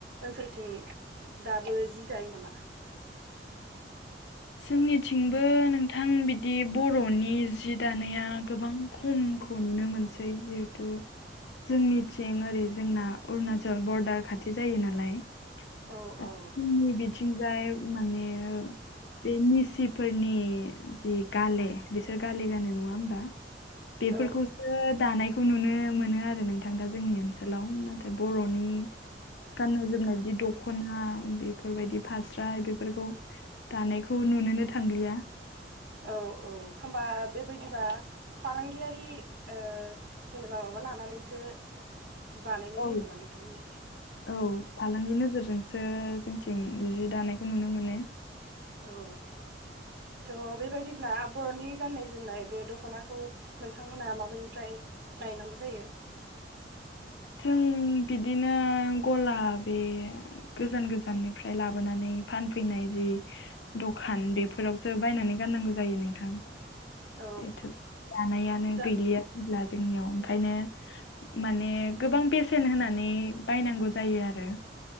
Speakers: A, on the right; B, on the left.
A: ओनसोलथिं दाबो जि दायो नामा?
B: जोंनिथिंबो नोंथां बिदि बर'नि जि दानाया गोबां खमखौ नुनो मोनसै जिहेथु जोंनिथिं ओरै जोंना अरुणाचल बरदार खाथि जायो नालाय
A: औ
B: दा
A: औ
B: जोंनि बिथिंजाय माने बे निसिप फोरनि जि गाले बिसोर गाले गानो नङा होमबा। बेफोरखौसो
A: औ
B: दानाय खौ नुनो मोनो आरो नोंथां दा जोंनि ओनसोलाव नाथाय बर'नि गान्नाय जोमनाय बिदि द द ख'ना बेफोरबायदि फास्रा बेफोरखौ दानायखौ नुनोनो थांलिया।
A: औ औ होनबा बेबायदिबा फालांगियारि ओ जेनेबा माबा लानानैसो बानायनाय
B: औ
A: जायो नामा नोंथांमोननिखै?
B: औ फालांगि नोजोरजोंसो जोंथिं जि दानायखौ नुनो मोनो
A: औ थ' बेबायदिब्ला बर'नि गाननाय जोमनाय बे दख'नाखौ नोंथांमोना माबनिफ्राय नायनांगौ जायो
B: जों बिदिनो गला बे गोजान गोजाननिफ्राय लाबोनानै फानफैनाय जि दखान बेफोरावसो बायनानै गाननांगौ जायो नोंथां।
A: औ
B: थ दानायानो
A: दा
B: गैलिया जेब्ला जोंनियाव ओंखायनो माने गोबां बेसेन होनानै बायनांगौ जायो आरो